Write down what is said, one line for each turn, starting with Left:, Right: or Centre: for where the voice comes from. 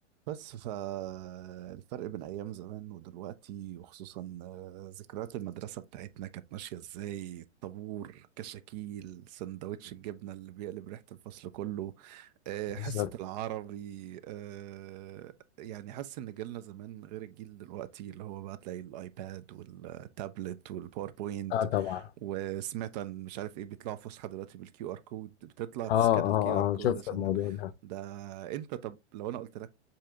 Right: بس فالفرق بين أيام زمان ودلوقتي وخصوصا آه، ذكريات المدرسة بتاعتنا كانت ماشية ازاي الطابور كشاكيل سندوتش الجبنة اللي بيقلب ريحة الفصل كله آه،
Left: بالظبط
Right: حصة العربي آه، يعني حاسس إن جيلنا زمان غير الجيل دلوقتي اللي هو بقى تلاقي الآيباد والتابلت والباوربوينت
Left: اه طبعا
Right: وسمعت عن مش عارف ايه بيطلعوا فسحة دلوقتي بالكيو ار كود بتطلع تسكان
Left: اه اه
Right: الكيو ار كود
Left: اه شفت
Right: عشان
Left: الموضوع ده
Right: ده انت طب لو انا قلت لك